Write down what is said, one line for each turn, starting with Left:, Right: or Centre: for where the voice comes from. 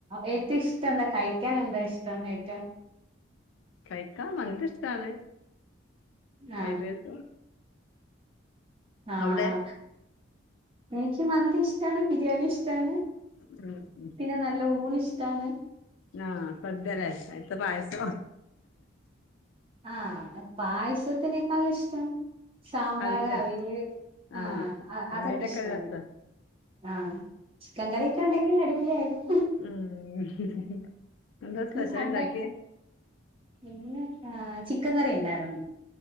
Right: ഏറ്റും ഇഷ്ടെന്താ കഴിക്കാനെന്താ ഇഷ്ടം ഏറ്റവും
Left: കഴിക്കാൻ മന്ദിഷ്ടാണ് ഫൈഡ്രയ്സും
Right: ആഹ് ആ
Left: അവിടെ
Right: ആ എനിക്ക് മന്ദി ഇഷ്ടാണ് ബിരിയാണി ഇഷ്ടാണ്
Left: ഉം
Right: പിന്നെ നല്ല ഊണ്ഷ്ടാണ്
Left: ആ സദ്യലെ അയ്ത്തെ പായസം
Right: ആ പായസത്തിനേക്കാളിഷ്ടം സാമ്പാർ
Left: അവിയലോ
Right: അവീല് ആ
Left: ആഹ്
Right: അതൊക്കെഷ്ടാണ്
Left: അവിയലൊക്കെ നല്ല രസാ
Right: ആ ചിക്കൻ കറൊക്കെണ്ടെങ്കില് അടിപൊളിയായിര്ന്നു
Left: ഉം എന്താ
Right: ഇന്ന്
Left: സ്പെഷ്യൽ
Right: സൺഡേ
Left: ഉണ്ടാക്കിയേ
Right: പിന്നെ എ ചിക്കൻ കറി ണ്ടായിര്ന്നു